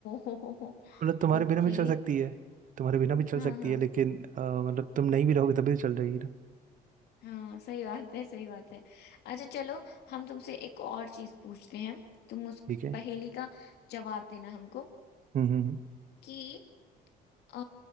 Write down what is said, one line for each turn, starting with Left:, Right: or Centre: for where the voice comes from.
Left: हो हो
Right: मतलब तुम्हारे
Left: ओके
Right: बिना भी चल सकती है तुम्हारे बिना भी चल
Left: हाँ
Right: सकती
Left: हाँ
Right: है लेकिन अ, मतलब तुम नहीं भी रहोगे तभी तो चल जाएगी ना
Left: हाँ सही बात है सही बात है अच्छा चलो हम तुमसे एक और चीज पूछते हैं तुम उस
Right: ठीक है
Left: पहेली का जवाब देना हमको
Right: हम्म हम्म हम्म।
Left: कि अ,